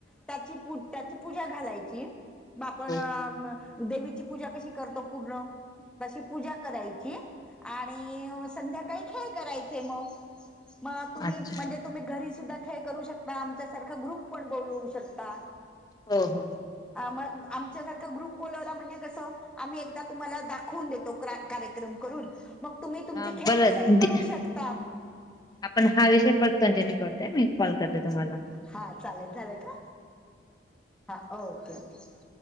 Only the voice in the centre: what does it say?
त्याची, त्याची पूजा घालायची म आपण
देवीची पूजा कशी करतो पूर्ण तशी पूजा द्यायची आणि संध्याकाळी खेळ करायचे मग मग तुम्ही
म्हणजे तुम्ही घरी सुद्धा खेळ करू शकता आमच्यासारखा ग्रुप पण बोलवू शकता.
मग आमच्यासारखा ग्रुप बोलावला म्हणजे कसं आम्ही एकदा तुम्हाला दाखवून देतो क्रा कार्यक्रम करून मग तुम्ही तुमचे
खेळ कसेही
करू शकता.
हा चालेल झालं का हां ओके ओके.